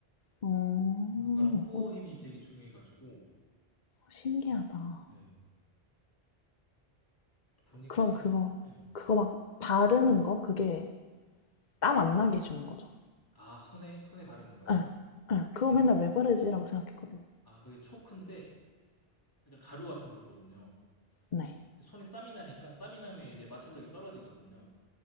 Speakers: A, on the left (about 50°); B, on the left (about 20°).
A: 어, 어,
B: 그거랑 코어 힘이 되게 중요해가지고
A: 신기하다.
B: 예, 보니까
A: 그럼 그거,
B: 예.
A: 그거 막 바르는 거? 그게 땀 안 나게 해주는 거죠.
B: 아 손에 손에 바르는 거야?
A: 응, 응. 그거
B: 예.
A: 맨날 왜 바르지라고 생각했거든요.
B: 아 그게 초크인데 약간 가루 같은 거거든요.
A: 네.
B: 손에 땀이 나니까 땀이 나면 이제 마찰력이 떨어지거든요.